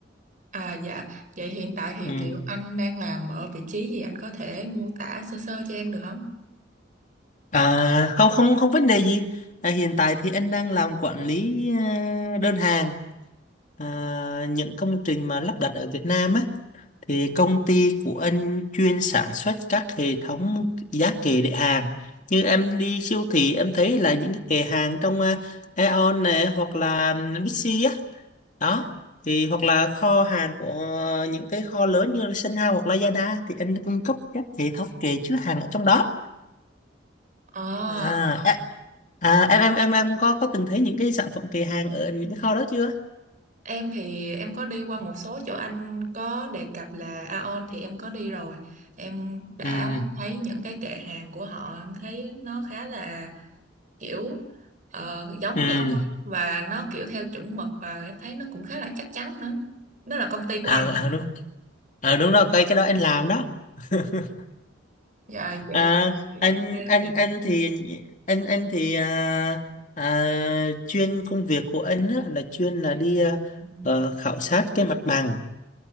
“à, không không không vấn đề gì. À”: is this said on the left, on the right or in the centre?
Left